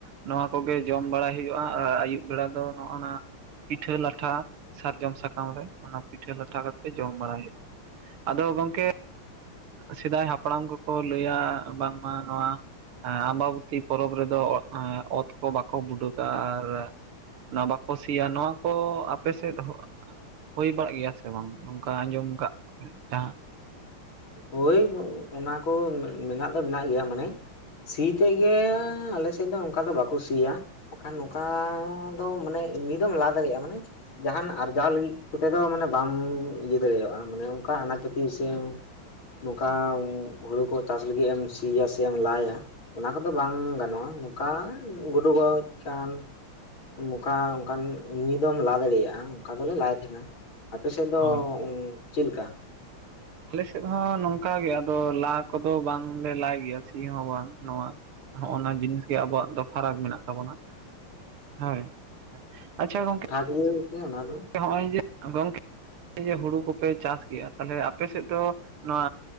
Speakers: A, on the right (about 75°); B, on the left (about 65°).
A: ᱱᱚᱣᱟ ᱠᱚᱜᱮ ᱡᱚᱢ ᱵᱟᱲᱟᱭ ᱦᱩᱭᱩᱜᱼᱟ ᱟᱹᱭᱩᱵ ᱵᱮᱲᱟ ᱫᱚ ᱱᱚᱜᱼ ᱱᱟ ᱯᱤᱴᱷᱟᱹ ᱞᱟᱴᱷᱟ ᱥᱟᱨᱡᱚᱢ ᱥᱟᱠᱟᱢ ᱨᱮ ᱚᱱᱟ ᱯᱤᱴᱷᱟᱹ ᱞᱟᱴᱷᱟ ᱠᱟ ᱛᱮ ᱡᱚᱢ ᱵᱟᱲᱟᱭ ᱦᱩᱭᱩᱜᱼᱟ ᱟᱫᱚ ᱜᱚᱝᱠᱮ ᱥᱮᱫᱟᱭ ᱦᱟᱯᱲᱟᱢ ᱠᱚᱠᱚ ᱞᱟᱹᱭ-ᱟ ᱵᱟᱝᱢᱟ ᱱᱚᱣᱟ ᱟᱢᱵᱟᱵᱚᱛᱤ ᱯᱚᱨᱚᱵᱽ ᱨᱮᱫᱚ ᱚᱛ ᱠᱚ ᱵᱟᱠᱚ ᱵᱩᱰᱟᱹᱜᱟ ᱟᱨ ᱱᱚᱣᱟ ᱵᱟᱠᱚ ᱥᱤᱭᱟ ᱱᱚᱣᱟ ᱠᱚ ᱟᱯᱮ ᱥᱮᱫ ᱦᱩᱭ ᱵᱟᱲᱟᱜ ᱜᱮᱭᱟ ᱥᱮ ᱵᱟᱝ ᱱᱚᱝᱠᱟ ᱟᱸᱡᱚᱢ ᱠᱟᱫ ᱡᱟᱦᱟᱸ
B: ᱦᱳᱭ ᱚᱱᱟ ᱠᱚ ᱢᱮᱱᱟᱜ ᱫᱚ ᱢᱮᱱᱟᱜ ᱜᱮᱭᱟ ᱢᱟᱱᱮ ᱥᱤ ᱛᱮᱫ ᱜᱮ ᱟᱞᱮᱥᱮᱫ ᱫᱚ ᱚᱱᱠᱟ ᱫᱚ ᱵᱟᱠᱚ ᱥᱤᱭᱟ ᱵᱟᱠᱷᱟᱱ ᱱᱚᱝᱠᱟ ᱫᱚ ᱢᱟᱱᱮ ᱮᱢᱱᱤ ᱫᱚᱢ ᱞᱟ ᱫᱟᱲᱮᱭᱟᱜᱼᱟ ᱢᱟᱱᱮ ᱡᱟᱦᱟᱱ ᱟᱨᱡᱟᱣ ᱞᱟᱹᱜᱤᱫ ᱠᱚᱛᱮ ᱫᱚ ᱢᱟᱱᱮ ᱵᱟᱢ ᱤᱭᱟᱹ ᱫᱟᱲᱮᱭᱟᱜᱼᱟ ᱢᱟᱱᱮ ᱚᱱᱠᱟ ᱟᱱᱟᱡ ᱯᱟᱛᱤ ᱥᱮ ᱱᱚᱝᱠᱟ ᱦᱩᱲᱩ ᱠᱚ ᱪᱟᱥ ᱞᱟᱹᱜᱤᱫ ᱮᱢ ᱥᱤᱭᱟ ᱥᱮ ᱮᱢ ᱞᱟᱭ-ᱟ᱾ ᱚᱱᱟ ᱠᱚᱫᱚ ᱵᱟᱝ ᱜᱟᱱᱚᱜᱼᱟ ᱱᱚᱝᱠᱟ ᱜᱩᱰᱩ ᱜᱚᱡ ᱠᱟᱱ ᱱᱚᱝᱠᱟ ᱚᱱᱠᱟᱱ ᱤᱢᱤᱱᱤ ᱫᱚ ᱞᱟ ᱫᱟᱲᱤᱭᱟᱜᱼᱟ ᱚᱱᱠᱟ ᱫᱚᱞᱮ ᱞᱟᱭ ᱛᱟᱦᱮᱸᱱᱟ ᱟᱯᱮ ᱥᱮᱫ ᱫᱚ
A: ᱦᱳᱭ
B: ᱪᱮᱫ ᱞᱮᱠᱟ
A: ᱟᱞᱮᱥᱮᱫ ᱦᱚᱸ ᱱᱚᱝᱠᱟᱜ ᱜᱮ ᱟᱫᱚ ᱞᱟ ᱠᱚᱫᱚ ᱵᱟᱝᱞᱮ ᱞᱟᱭ ᱜᱮᱭᱟ ᱥᱤ ᱦᱚᱸ ᱵᱟᱝ ᱱᱚᱣᱟ ᱦᱚᱜᱼᱚ ᱱᱚᱣᱟ ᱡᱤᱱᱤᱥ ᱜᱮ ᱟᱵᱚᱣᱟᱜ ᱫᱚ ᱯᱷᱟᱨᱟᱠ ᱢᱮᱱᱟᱜ ᱾ ᱛᱟᱵᱚᱱᱟ ᱦᱳᱭ ᱟᱪᱪᱷᱟ ᱜᱚᱝᱠᱮ
B: <unintelligible> ᱚᱱᱟ ᱫᱚ
A: ᱦᱚᱸᱜᱼᱚᱭ ᱡᱮ ᱜᱚᱝᱠᱮ ᱡᱮ ᱦᱩᱲᱩ ᱠᱚᱯᱮ ᱪᱟᱥ ᱜᱮᱭᱟ ᱛᱟᱦᱚᱞᱮ ᱟᱯᱮ ᱥᱮᱫ ᱫᱚ ᱱᱚᱣᱟ